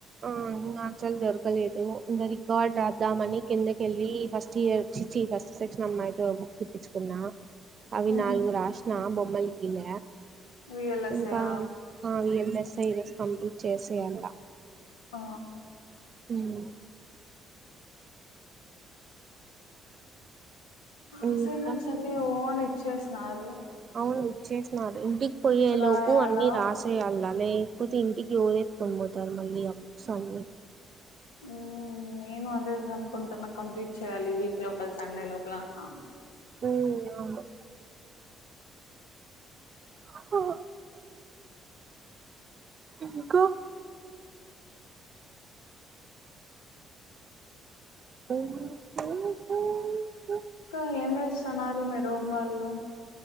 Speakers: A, on the right; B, on the left.
A: ఆ ఇగ ఆన్సర్ దొరక్ లేదు ఇంకా రికార్డ్ రాద్దామని కిందకెళ్ళి ఫస్ట్ ఇయర్ చిచ్చి ఫస్ట్ సెక్షన్ అన్నమాట అ బుక్ కుట్టించుకున్న అవి
B: ఉమ్
A: నాలుగు రశిన బొమ్మల్ గీల
B: విఎల్ఎస్ఏ
A: ఇంకా
B: ఆ
A: ఆవిఎంఎస్ఐఎల్ కంప్లీట్ చేయాల
B: ఆ
A: మ్ ఇంకా
B: అసైన్మెంట్స్ అన్ని ఓ అని ఇచ్చేస్తున్నారు
A: అవును ఇచ్చేసినారు ఇంటికి పోయే
B: రాయాలా
A: లోపు అన్ని రాసేయళ్ళ లేక్పోతే ఇంటికి ఓవరేత్తుకొని పోతారు మళ్ళీ అ బుక్సన్ని
B: మ్ నేను అదే అనుకుంటున్నా కంప్లీట్ చేయ్యాలి వీక్ లోపల సండే లోపల అన్నా
A: ఓ అవును హ ఇంక <inaudible>
B: ఇకా ఏం చేస్తున్నారు మీ రూమ్ వాళ్ళు